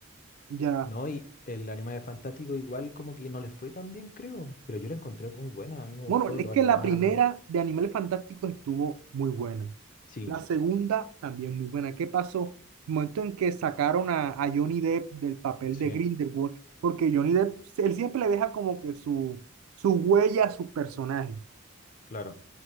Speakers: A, on the right (about 85°); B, on the left (about 40°).
A: Ya.
B: No, y el Animales Fantástico igual como que no les fue tan bien, creo, pero yo la encontré muy buena, a mí me gustó
A: Bueno, es
B: los
A: que
B: animales.
A: la primera de Animales Fantásticos estuvo muy buena.
B: Sí,
A: La segunda también muy buena. ¿Qué pasó? El momento en que sacaron a, a Johnny Depp del papel
B: sí,
A: de Grindelwald, porque Johnny Depp, él siempre le deja como que su, su huella a sus personajes.
B: claro.